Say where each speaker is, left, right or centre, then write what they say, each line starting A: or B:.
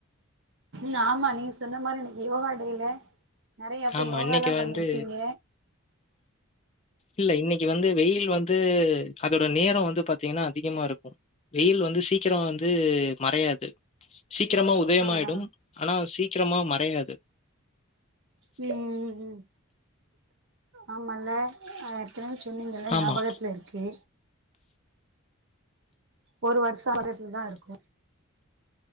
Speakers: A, on the right; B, on the left.
A: ம் ஆமா நீங்க சொன்ன மாரி யோகா டே ல நெறயா இப்ப
B: ஆமா
A: யோகால்லா
B: இன்னைக்கு
A: பண்ணிருக்கீங்க
B: வந்து இல்ல இன்னைக்கு வந்து வெயில் வந்து அதோட நேரோ வந்து பாத்தீங்கனா அதிகமா இருக்கு வெயில் வந்து சீக்கரோ வந்து மறயாது எ சீக்கிரமா உதயமாயிடும்
A: ஆஹா
B: ஆனா சீ சீக்கிரமா மறயாது
A: உம்ம் ஆமல்லா சொன்னீங்கல்ல ஞாபகத்துல
B: ஆமா
A: இருக்கு ஒரு வருஷோ ஆறதுலதா இருக்கு